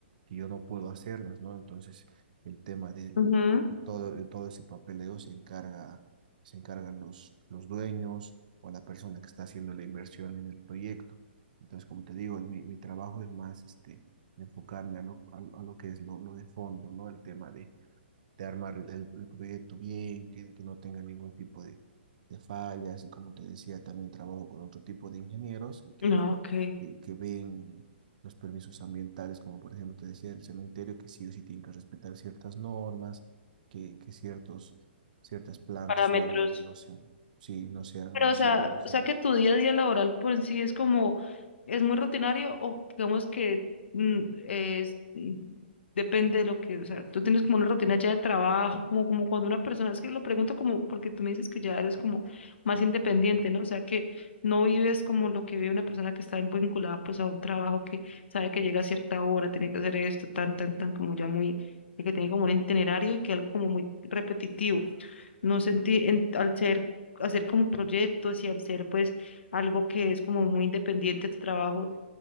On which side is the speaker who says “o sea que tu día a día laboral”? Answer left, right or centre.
Left